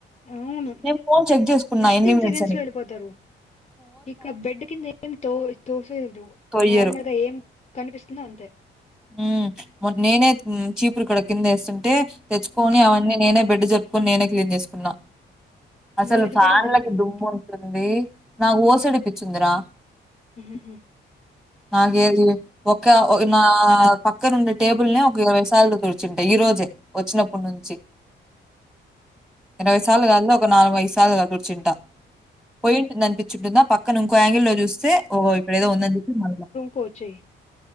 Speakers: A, on the left; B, in the centre.
A: అవును
B: నేను ఫోన్ చెక్ చేసుకున్నా
A: విత్న్
B: ఎన్ని మినిట్స్
A: సెకండ్స్
B: అని
A: లో వెళ్ళిపోతారు ఇక్కడ బెడ్ కింద ఏం తో తోసేదు
B: తొయ్యరు
A: నార్మల్గా ఏం కనిపిస్తుందో అంతే
B: ఉమ్ నేనే చీపురు కూడా కిందేసుంటే తెచ్చుకొని
A: ఉమ్,
B: అవన్నీ నేనే బె అడ్డు జర్పుకొని నేనే క్లీన్ చేసుకున్నా అసలు
A: నువ్వు ఇది
B: ఫ్యాన్లకి
A: కూడా చేస్తావా
B: దుమ్ము ఉంటుంది నాకు ఓసిడి పిచ్చుందిరా
A: మ్హ్ మ్హ్ హ్
B: నాగేది ఒక నా పక్కనుండి టేబుల్స్ ఒక ఇరవై సాలు చూర్చుంటా ఈ రోజే ఒచ్చినప్పుడు నుంచి ఇరవై సార్లు కాదు ఒక నాలుగైదు సార్లుగా తూడ్చుంటా పోయింట్ ననిపి చటుందా పక్క నుం ఆ ఆంగిల్ లో చూస్తే ఓ ఇక్కడేదో ఉందని చెప్పి మన
A: కోచే